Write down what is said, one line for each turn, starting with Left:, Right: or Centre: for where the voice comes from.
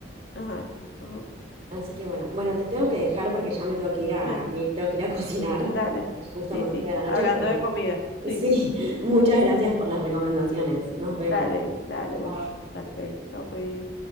Left: Ajá. ujú.
Right: Así que bueno, bueno, te tengo que dejar porque ya me tengo que ir a,
Left: Bueno,
Right: me tengo que ir a cocinar,
Left: dale.
Right: porque justo
Left: Sí,
Right: me
Left: sí.
Right: fue de la noche,
Left: Hablando
Right: pero bueno,
Left: de comida. Sí.
Right: Sí, <laughs> muchas gracias por las recomendaciones.
Left: mm,
Right: Nos vemos.
Left: Dale, dale,
Right: Chao.
Left: buenísimo. Dale, pues, chao, pues.